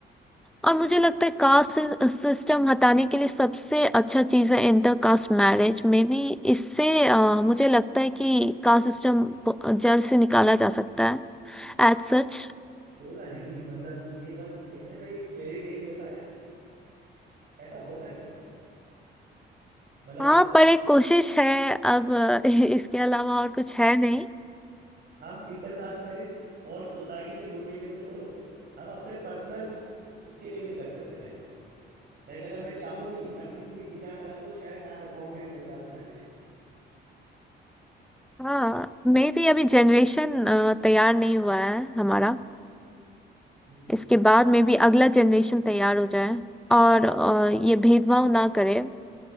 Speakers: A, in the centre; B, on the right.
A: और मुझे लगता है कास्ट सिस्टम हटाने के लिए सबसे अच्छा चीज़ है इंटर कास्ट मैरिज में भी इससे अ, मुझे लगता है कि कास्ट सिस्टम जड़ से निकाला जा सकता है एज सच
B: होगा नहीं <laughs> मतलब ये बस कहने में एक फेरी टेल जैसा है ऐसा होता नहीं है मतलब
A: हाँ पर एक कोशिश है अब अ, <laughs> इसके अलावा और कुछ है नहीं
B: हम इंटरकास्ट मैरिज और सोसाइटी के गुड के लिए तो छोड़ो हम अपने पर्सनल उसके लिए भी नहीं कर सकते लाइक लाइक अगर मैं चाहूँ भी मैं अपनी पूरी जी जान लगा तो शायद ना कर पाऊँ मैं इंटरकास्ट मैरिज
A: हाँ मे भी अभी जनरेशन तैयार नहीं हुआ है हमारा
B: हम्म,
A: इसके बाद मे भी अगला जनरेशन तैयार हो जाए और अ, ये भेदभाव ना करे